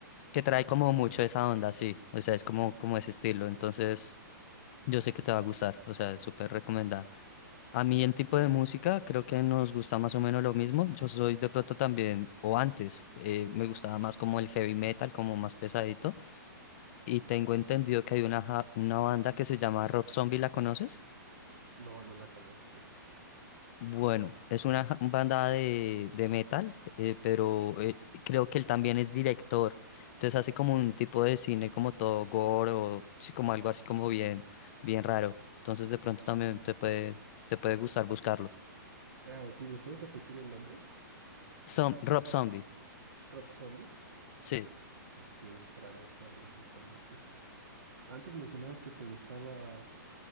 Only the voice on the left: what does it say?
que trae como mucho esa onda, sí. O sea, es como, como ese estilo. Entonces, yo sé que te va a gustar. O sea, es súper recomendada. A mí en tipo de música creo que nos gusta más o menos lo mismo. Yo soy de pronto también, o antes, eh, me gustaba más como el heavy metal, como más pesadito. Y tengo entendido que hay una, ja- una banda que se llama Rob Zombie, ¿la conoces?
Bueno, es una ja- banda de, de metal, eh, pero eh, creo que él también es director. Entonces hace como un tipo de cine como todo gore o sí, como algo así como bien, bien raro. Entonces de pronto también te puede, te puede gustar buscarlo.
Som-
Rob
Zombie,
sí.